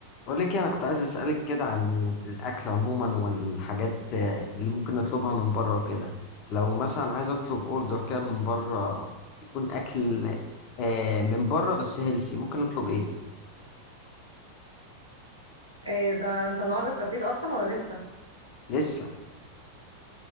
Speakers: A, on the left; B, on the right.
A: بقول لك إيه، انا كنت عايز اسالك كده عن الاكل عموما والحاجات آه، اللي ممكن نطلبها من بره وكده لو مثلا عايز اطلب اوردر كده من بره يكون اكل آه، من بره بس هيلسي ممكن نطلب ايه
B: ايه ده انت النهارده اتغديت اصلا ولا لسه
A: لسه